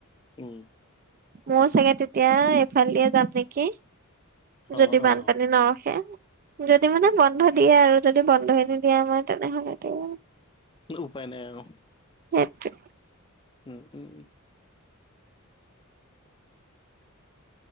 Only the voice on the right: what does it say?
মইও চাগে তেতিয়া এইফালদিয়ে যাম নেকি যদি
বানপানী
নৰখে। যদি মানে বন্ধ দিয়ে আৰু যদি বন্ধই নিদিয়ে মই তেনেহলেটো
সেটোৱে।